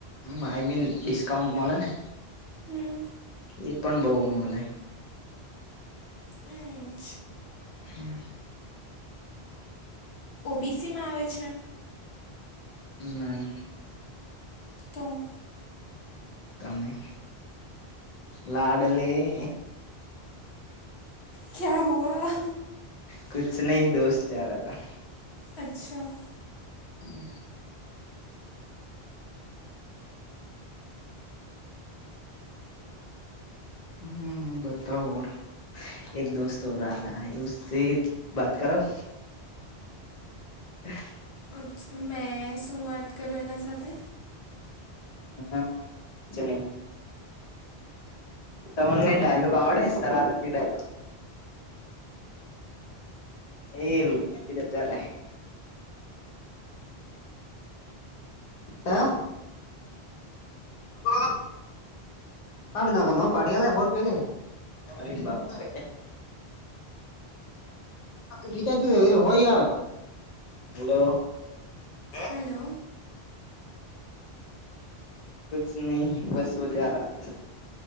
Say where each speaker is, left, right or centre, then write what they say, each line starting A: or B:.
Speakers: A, on the left; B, on the left.
A: આઈ મીન ડિસ્કાઉન્ટ મળે ને.
B: હમ.
A: એ પણ બઉુ મળે.
B: પંચ.
A: હા.
B: ઓબીસી માં આવે છે.
A: નઇ.
B: તો.
A: તમે લાડલી.
B: ક્યા હુઆ.
A: કુછ નહી દોસ્ત જારા તા.
B: અચ્છા.
A: હમ. હમ બતાવ ઓર. એક દોસ્ત ઓર આ રહ હૈ ઉસે બાત કરાઉ. હ.
B: અછ મેં શું વાત કરું એના સાથે.
A: હા કછ નહી. તમને ડાયલોગ આવડે છે સરરતી ડાયલોગ એઉ કિધર જાયાર હા. <unintelligible> કાઢ ના નવું કાઢી આલ હો રૂપિયા લે હ. અરે બાપ રે. ર <unintelligible> હોય આવે, હલો હે.
B: હલો
A: કુછ નહી બસ હો જા રહા થા.